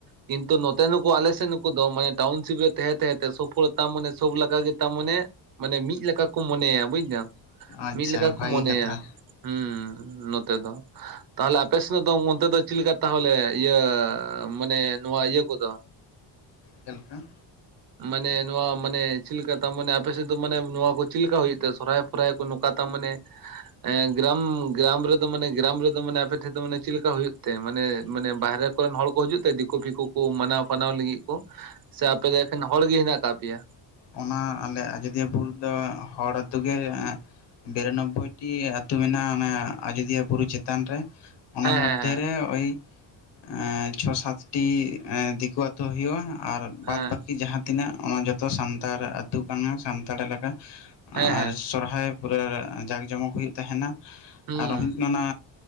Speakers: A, on the right; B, on the left.
A: ᱠᱤᱱᱛᱩ ᱱᱚᱛᱮ ᱱᱩᱠᱩ ᱟᱞᱮ ᱥᱮ ᱱᱩᱠᱩ ᱢᱟᱱᱮ ᱴᱟᱣᱩᱱᱥᱤᱯ ᱨᱮ ᱛᱮᱦᱮᱸ ᱛᱮᱦᱮᱸ ᱛᱮ ᱥᱚᱵ ᱦᱚᱲ ᱛᱟᱢ ᱢᱟᱱᱮ, ᱥᱚᱵ ᱞᱮᱠᱟ ᱜᱮ ᱛᱟ ᱢᱟᱱᱮ ᱢᱟᱱᱮ ᱢᱤᱫ ᱞᱮᱠᱟ ᱠᱚ ᱢᱚᱱᱮᱭᱟ, ᱵᱩᱡᱫᱟᱢ
B: ᱟᱪᱪᱷᱟ
A: ᱢᱤᱫ ᱞᱮᱠᱟ
B: ᱵᱷᱟᱹᱜᱤ
A: ᱠᱚ ᱢᱚᱱᱮᱭᱟ᱾
B: ᱠᱟᱛᱷᱟ
A: ᱦᱩᱸᱻ ᱱᱚᱛᱮ ᱫᱚ, ᱛᱟᱦᱞᱮ ᱟᱯᱮ ᱥᱮᱫ ᱫᱚ ᱢᱚᱫᱫᱷᱮ ᱫᱚ ᱪᱤᱫ ᱞᱮᱠᱟ ᱛᱟᱦᱚᱞᱮ ᱤᱭᱟᱹ ᱢᱟᱱᱮ ᱱᱚᱣᱟ ᱤᱭᱟᱹ ᱠᱚᱫᱚ
B: ᱪᱮᱫ ᱦᱩᱸ?
A: ᱢᱟᱱᱮ ᱱᱚᱣᱟ ᱢᱟᱱᱮ, ᱪᱮᱫ ᱞᱮᱠᱟ ᱛᱟ ᱢᱟᱱᱮ ᱟᱯᱮ ᱥᱮᱫ ᱫᱚ ᱢᱟᱱᱮ ᱱᱚᱣᱟ ᱠᱚ ᱪᱤᱫ ᱞᱮᱠᱟ ᱦᱩᱭᱩᱜ ᱛᱟᱦᱮᱸᱜ ᱥᱚᱨᱦᱟᱭ ᱯᱚᱨᱟᱭᱟ ᱠᱚ, ᱱᱚᱝᱠᱟ ᱛᱟᱢ ᱢᱟᱱᱮ ᱮ-ᱻ ᱜᱨᱟᱢ, ᱜᱨᱟᱢ ᱨᱮᱫᱚ ᱢᱟᱱᱮ, ᱜᱨᱟᱢ ᱨᱮᱫᱚ ᱢᱟᱱᱮ ᱟᱯᱮ ᱴᱷᱮᱡ ᱫᱚ ᱢᱟᱱᱮ ᱪᱮᱫ ᱞᱮᱠᱟ ᱦᱩᱭᱩᱜ ᱛᱮ ᱢᱟᱱᱮ, ᱢᱟᱱᱮ ᱵᱟᱦᱨᱮ ᱠᱚᱨᱮᱱ ᱦᱚᱲ ᱠᱚ ᱦᱤᱡᱩᱜ ᱛᱮ ᱫᱤᱠᱩ ᱯᱷᱤᱠᱩ ᱠᱚ ᱢᱟᱱᱟᱣ ᱯᱷᱟᱱᱟᱣ ᱞᱟᱹᱜᱤᱫ ᱠᱚ ᱥᱮ ᱟᱯᱮ ᱜᱮ ᱮᱠᱷᱮᱱ ᱦᱚᱲ ᱜᱮ ᱦᱮᱱᱟᱜ ᱠᱟᱜ ᱯᱮᱭᱟ?
B: ᱚᱱᱟ ᱟᱞᱮ ᱟᱡᱳᱫᱤᱭᱟᱹ ᱵᱩᱨᱩ ᱫᱚ ᱦᱚᱲ ᱟᱹᱛᱳ ᱜᱮ ᱵᱤᱨᱟᱱᱚᱵᱵᱳᱭᱴᱤ ᱟᱹᱛᱩ ᱢᱮᱱᱟᱜ-ᱟ ᱚᱱᱟ ᱟᱡᱳᱫᱤᱭᱟᱹ ᱵᱩᱨᱩ ᱪᱮᱛᱟᱱ ᱨᱮ᱾ ᱚᱱᱟ
A: ᱦᱮᱸ
B: ᱢᱚᱫᱽᱫᱷᱮᱨᱮ
A: ᱦᱮᱸ
B: ᱳᱭ ᱮᱸᱻ ᱪᱷᱚ ᱥᱟᱛᱴᱤ ᱫᱤᱠᱩ ᱟᱛ ᱦᱩᱭᱩᱜ-ᱟ ᱟᱨ ᱵᱟᱫ
A: ᱦᱮᱸ
B: ᱵᱟᱹᱠᱤ ᱡᱟᱦᱟᱸ ᱛᱤᱱᱟᱹᱜ ᱚᱱᱟ ᱡᱚᱛᱚ ᱥᱟᱱᱛᱟᱲ ᱟᱹᱛᱩ ᱠᱟᱱᱟ ᱥᱟᱱᱛᱟᱲ ᱮᱞᱟᱠᱟ, ᱟᱨ
A: ᱦᱮᱸ ᱦᱮᱸ ᱦᱮᱸ
B: ᱥᱚᱨᱦᱟᱭ ᱯᱩᱨᱟᱹ ᱡᱟᱸᱠ ᱡᱚᱢᱚᱠ ᱦᱩᱭᱩᱜ ᱛᱟᱸᱦᱮᱱᱟ
A: ᱦᱩᱸ
B: ᱟᱨ ᱦᱚᱸᱜ-ᱚᱱᱟ